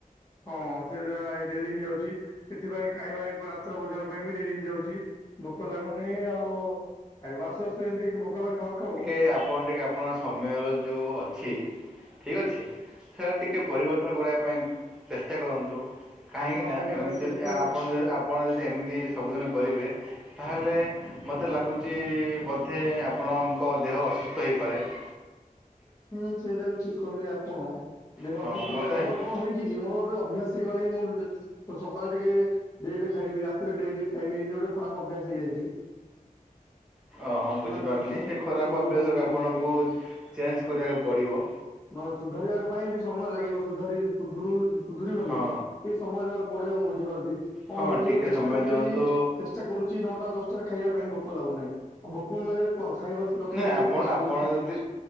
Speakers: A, on the left (about 25°); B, in the centre.
A: ହଁ ସେଟା ଡେରି ହେଇଯାଉଛି, ସେଥିପାଇଁ ଖାଇବା <unintelligible> ରାତ୍ର ଭୋଜନ ପାଇଁ ବି ଡେରି ହେଇଯାଉଛି। ଭୋକ ଲାଗୁନି, ଆଉ ଖାଇବା ଆସୁ ଆସୁ ଏମତି ଭୋକରେ ଖାଉ ଖାଉ
B: ଏ ଆପଣ ଟିକେ ଆପଣ ସମୟ ର ଯଉ ଅଛି ଠିକ ଅଛି, ହେରା ଟିକେ ପରିବ ତୁମେ କରିବା ପାଇଁ ଚେଷ୍ଟା କରନ୍ତୁ, କାହିଁକି
A: ହଁ
B: ନା
A: ସେଇଟା
B: ଏମିତି
A: ବି ଚେଷ୍ଟା
B: ଯଦି ଆପଣ
A: ତ
B: ଯଦି ଆପଣ ଯଦି ଏମିତି ସବୁଦିନ କରିବେ ତାହେଲେ ମୋତେ ଲାଗୁଛି ବୋଧେ ଆପଣଙ୍କ ଦେହ ଅସୁସ୍ଥ ହୋଇପାରେ। <inaudible>
A: ହୁଁ ସେଇଟା ବି ଠିକ କହିଲେ ଆପଣ, ଦେହ
B: ହଁ
A: ସୁସ୍ଥ
B: ମୋତେ
A: ରହିବ।
B: ଅ,
A: କଣ ହେଇଛି କି ମୋର ଅଭ୍ୟାସ ହେଇଗଲାଣି, ମୁଁ ସକାଳେ ଟିକେ ଡେ଼ରିରେ ଖାଇବି, ରାତିରେ ଡେ଼ରି ଖାଇବି, ଏମିତି ଗୋଟେ ଖରାପ ଅଭ୍ୟାସ ହେଇଯାଇଛି।
B: ଓ ହଁ ବୁଝିପାରିଲି
A: ନା ତ
B: ସେ ଖରାପ
A: ତୁ
B: ଅଭ୍ୟାସକୁ ଆପଣଙ୍କୁ ଚେଞ୍ଜ କରିବାକୁ ପଡି଼ବ।
A: ହଁ ସୁଧାରିବାର ପାଇଁ ବି ସମୟ ଲାଗିବ, ସୁଧାରି ସୁଧୁରୁ ସୁଧୁରିବନି
B: ହଁ
A: କିିଛି ସମୟ ଦବାକୁ ପଡି଼ବ, ମୁଁ ବୁଝିପାରୁଛି କଣ
B: ହଁ
A: ହଉଛି,
B: ଟିକେ
A: ମୁଁ ଚେଷ୍ଟା
B: ସମୟ
A: କଲେ
B: ଦିଅନ୍ତୁ
A: ବି ଟେସ୍ ଷ୍ଟା କରୁଛି ନଅଟା ଦଶଟା ରେ ଖାଇବା ପାଇଁ ଭୋକ ଲାଗୁନି, ଆଉ ଭୋକ ନ ଲାଗିଲେ କଣ ଖାଇବା ବାଥୁ ରଖିଦେଇକି
B: ନାଇଁ ଆପଣ
A: ବସି
B: ଆପଣ
A: ପଢୁଛି
B: ଯଦି